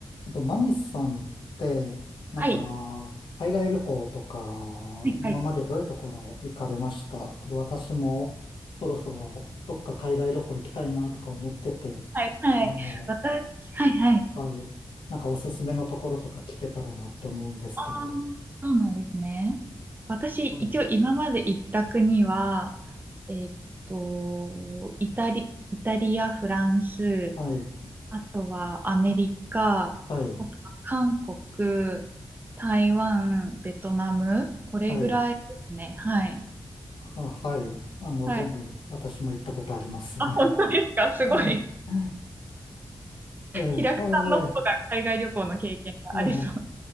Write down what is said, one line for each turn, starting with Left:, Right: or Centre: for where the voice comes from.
Left: えっと、マミスさんって、なんか、
Right: はい。
Left: 海外旅行とか、
Right: はい、
Left: 今までどういうところ行かれましたちょっと私も、
Right: はい、
Left: そろそろ、どっか海外旅行行きたいなとか思ってて、
Right: はい、はい。
Left: あの、
Right: 私、はい、はい。
Left: はい、なんかおすすめのところとか聞けたらなって思うんですけど、
Right: あーそうなんですね。私、
Left: はい、
Right: 一応今まで行った国は、えーっと、イタリ、イタリア、フランス、
Left: はい、
Right: あとはアメリカ、
Left: はい、
Right: あとは韓国、台湾、ベトナム、これぐらいですね。
Left: はい、
Right: はい。
Left: あ、はい、あの、
Right: はい。
Left: 全部私も行ったことありますね。
Right: あ、本当ですかすごい。
Left: <laughs> うん、はい、ええ、
Right: 平久さんの方が海外旅行の経験がありそう。
Left: あ、ええ、ええ